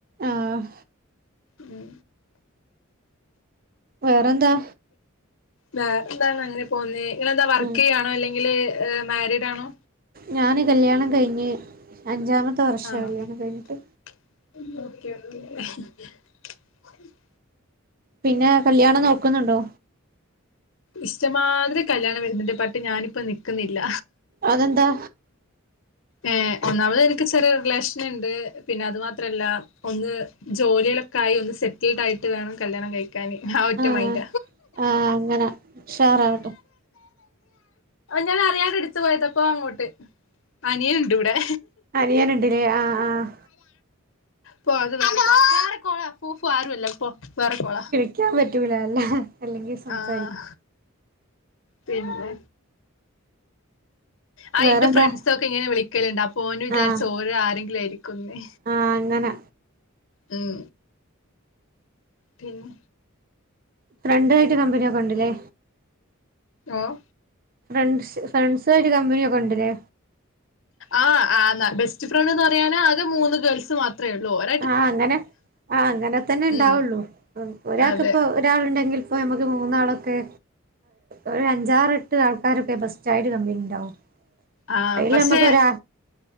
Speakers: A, on the right; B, on the left.
A: ആഹ്
B: ഉം
A: വേറെന്താ
B: വേറെന്ത അങ്ങനെ പോന്നു നിങ്ങളെന്താ വർക്ക്
A: ഉം
B: ചെയ്യാണോ അല്ലെങ്കിൽ മാരീഡ് ആണോ
A: ഞാന് കല്ല്യാണം കഴിഞ്ഞ് അഞ്ചാമത്തെ വർഷ
B: ആണോ
A: കല്യാണം കഴിഞ്ഞിട്ട്
B: <unintelligible>
A: പിന്നെ കല്യാണം നോക്കുന്നുണ്ടോ
B: ഇഷ്ടമാതിരി കല്യാണം വരുന്നുന്റെ ബട്ട് ഞാനിപ്പ നിൽക്കുന്നില്ല
A: അതെന്താ
B: ഏ ഒന്നാമത് എനിക്ക് ചെറിയ റിലേഷൻ ഉണ്ട് പിന്നെ അത് മാത്രല്ല ഒന്ന് ജോലികളൊക്കെ ആയി ഒന്ന് സെറ്റിൽഡ് ആയിട്ട് വേണം കല്യാണം കഴിക്കാന് ആ ഒറ്റ
A: ആഹ്
B: മൈൻഡ
A: ആഹ് അങ്ങനെ ഉഷാറാകട്ടെ
B: ഞാൻ അറിയാത എടുത്ത പോയത പ്പോ അങ്ങോട്ട് അനിയൽണ്ട് ഇവിടെ
A: അനിയൻണ്ടില്ലേ ആഹ് ആഹ്
B: ഹലോ വേറെ കോള ഫുഫു ആരു അല്ല വേറെ കോള
A: <unintelligible> പറ്റൂല അല്ല അല്ലെങ്കിൽ സംസാരിക്കും
B: ആഹ് പിന്നെ ആ
A: വേറെന്താ
B: ന്റെ ഫ്രണ്ട്സ ഒക്കെ ഇങ്ങനെ വിളിക്കലുണ്ട് അപ്പൊ ന് വിചാരിച്ചു
A: ആഹ്
B: ഓള് ആരെങ്കിലുമായിരിക്കുന്ന്
A: ആഹ് അങ്ങനെ
B: ഉം പിന്നെ
A: ഫ്രണ്ട്തായിട്ട് കമ്പനിയൊക്കെ ഉണ്ടല്ലേ
B: ഓഹ്
A: ഫ്രണ്ട് ഫ്രണ്ട്സ് ആയിട്ട് കമ്പനിയൊക്കെ ഉണ്ടല്ലേ
B: ആഹ് ബെസ്റ്റ് ഫ്രണ്ട്ന്ന് പറയാനേ ആകെ മൂന്ന് ഗേൾസ് മാത്രേ ഉള്ളൂ ഒ
A: ആഹ് അങ്ങനെ ആ അങ്ങനെ തന്നെ ഉണ്ടാവുള്ളൂ
B: ഉം
A: ഒരാൾക്ക്
B: അതെ
A: ഇപ്പൊ ഒരാളണ്ടെങ്കിൽ ഇപ്പോ നമുക്ക് മൂന്നാളൊക്കെ ഒരു അഞ്ചാറെ എട്ട് ആൾക്കാരൊക്കെ ബസ് ആയിട്ട്ട് കംപനി ഉണ്ടാവും
B: ആഹ്
A: അതിൽ
B: പക്ഷേ
A: നമുക്ക് ഒരാ